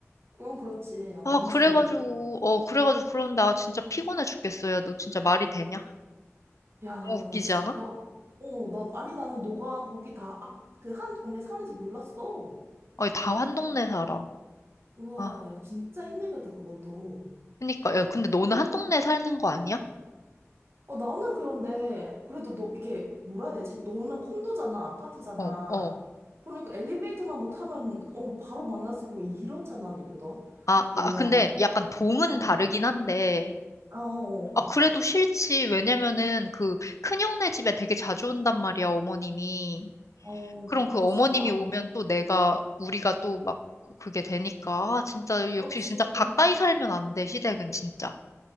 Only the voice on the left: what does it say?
아,
그래가지고,
어, 그래가지고 그런데 아, 진짜 피곤해 죽겠어. 야, 너 진짜 말이 되냐?
너무 웃기지
않아?
아니, 다 한 동네 살아.
아,
그니까. 야, 근데 너는 한 동네 사는 거 아니야?
어, 어.
아,
아, 근데 약간 동은
다르긴 한데.
아, 그래도 싫지. 왜냐면은 그 큰형네 집에 되게 자주 온단 말이야, 어머님이.
그럼
그 어머님이
오면 또 내가, 우리가 또 막 그게 되니까. 아, 진짜,
역시 진짜 가까이 살면 안 돼, 시댁은 진짜.